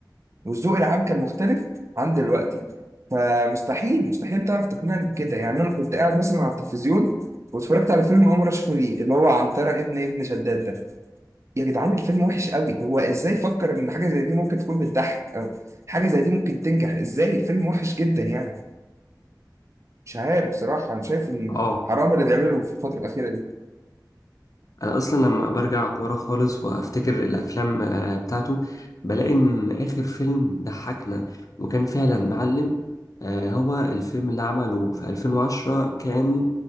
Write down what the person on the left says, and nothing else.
اه
انا اصلا لما برجع ورا خالص وافتكر الافلام آه، بتاعته بلاقي ان اخر فيلم ضحكنا وكان فعلا معلم آه، هو الفيلم اللي عمله في 2010 كان